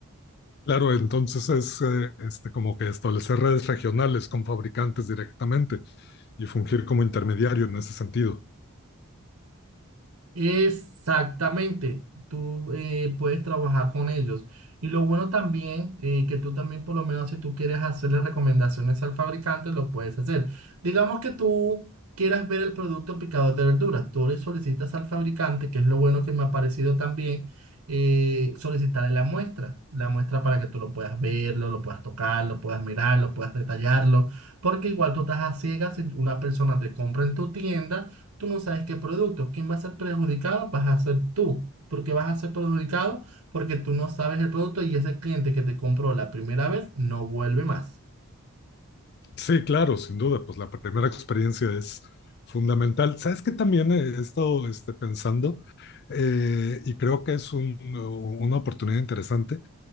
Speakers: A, on the left; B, on the right.
A: Claro, entonces es eh, este, como que establecer redes regionales con fabricantes directamente y fungir como intermediario en ese sentido.
B: Exactamente, tú eh, puedes trabajar con ellos. Y lo bueno también, eh, que tú también por lo menos si tú quieres hacerle recomendaciones al fabricante, lo puedes hacer. Digamos que tú quieras ver el producto picador de verduras, tú le solicitas al fabricante, que es lo bueno que me ha parecido también, eh, solicitarle la muestra, la muestra para que tú lo puedas verlo, lo puedas tocar, lo puedas mirar, lo puedas detallarlo, porque igual tú estás a ciegas si una persona te compra en tu tienda tú no sabes qué producto. ¿Quién va a ser perjudicado? Vas a ser tú. porque vas a ser perjudicado? Porque tú no sabes el producto y ese cliente que te compró la primera vez no vuelve más.
A: Sí, claro, sin duda, pues la primera experiencia es fundamental. ¿Sabes qué también he estado este, pensando? Eh, y creo que es un- una oportunidad interesante.